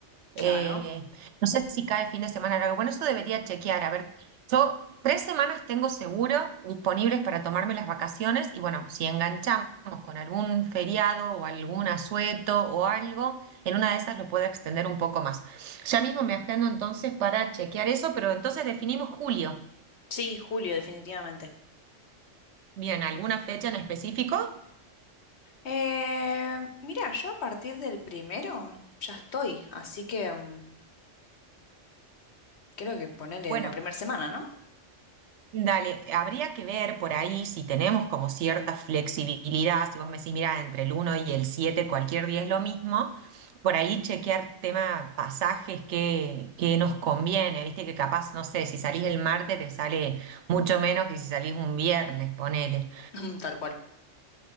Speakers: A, on the right; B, on the left.
A: Eh,
B: Claro.
A: no sé si cae fin de semana largo. Bueno, eso debería chequear. A ver, yo tres semanas tengo seguro disponibles para tomarme las vacaciones y bueno, si enganchamos con algún feriado o algún asueto o algo, en una de esas lo puedo extender un poco más. Ya mismo me agendo entonces para chequear eso, pero entonces definimos julio.
B: Sí, julio, definitivamente.
A: Bien, ¿alguna fecha en específico?
B: Eh, mira, yo a partir del primero ya estoy, así que mm, creo que ponele
A: bueno
B: la primera semana, ¿no?
A: Dale, habría que ver por ahí si tenemos como cierta flexibilidad, si vos me decís, mira, entre el uno y el 7 cualquier día es lo mismo, por ahí chequear tema pasajes que, que nos conviene, viste que capaz, no sé, si salís el martes te sale mucho menos que si salís un viernes, ponele.
B: <laughs> Tal cual.